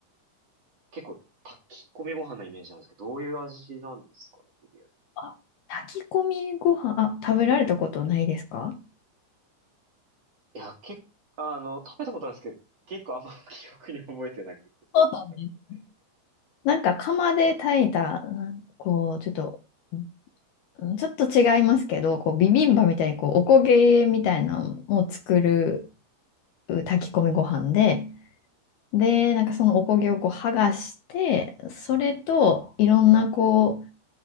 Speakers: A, on the right (about 35°); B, on the left (about 65°).
A: 結構炊き込みご飯のイメージなんですけど、どういう味なんですかね、ビリヤニ。
B: あ、炊き込みご飯、あ、食べられたことないですか
A: いや、結構、あの、食べたことあるんですけど、結構あんま <laughs> 記憶に覚えてなくて、最近食べてない。
B: そうなんです。なんか釜で炊いた、なんこう、ちょっと、うんちょっと違いますけど、こうビビンバみたいにこうおこげみたいなのを作るう炊き込みご飯で、で、なんかそのおこげをこう剥がして、それといろんなこ